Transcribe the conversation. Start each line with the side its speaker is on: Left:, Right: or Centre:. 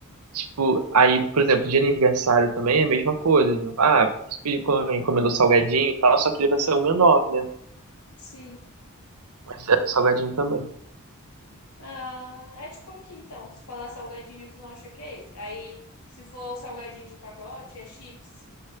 Right: Tipo, aí, por exemplo, de aniversário também é a mesma coisa. né? Ah, você pediu- encomendou salgadinho e tal, só que ele vai ser um menor, né?
Left: sim.
Right: Mas é salgadinho também.
Left: Ah, ah. é tipo aqui então. Se falar salgadinho, eles vão achar que é esse. Aí, se for salgadinho de pacote, é chips.